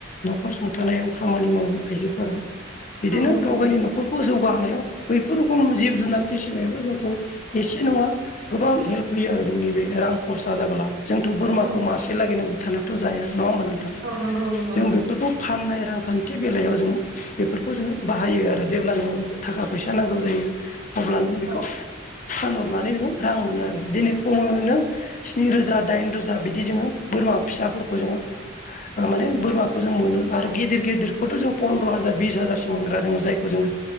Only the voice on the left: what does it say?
न'खर सुंथानायाव खामानि मावो आइजोफोरा
बिदिनो
गावगाइनि
न'खर बेखौ जौगाहोनायाव बैफोर रोखम जिब जुनार फिसिनायाबो जोंखौ एसे नङा गोबां हेल्प होयो आरो जोंनि बे रां खरसा जाबोला। जोंथ' बोरमाखौ
मासे लागैनो बुथारनाथ' जाया नङा होमबा नोंथां
जों
बेफोरखौ फाननाय रांखान्थि बेलायाव जोङो बेफोर खौ जोङो बाहायो आरो जेब्ला नोङो थाखा फैसा नांगौ जायो अब्ला नों बेखौ
फानहरनानै नोङो रां मोनो आरो दिनै खमोनो स्नि रोजा दाइन रोजा बिदि जोङो बोरमा फिसाफोरखौ जोङो माने बोरमाखौ जों मोनो आरो गिदिर गिदिरखौथ' जों फन्द्र' हाजार बिस हाजार मोनग्रा दोङो जायखौ जोङो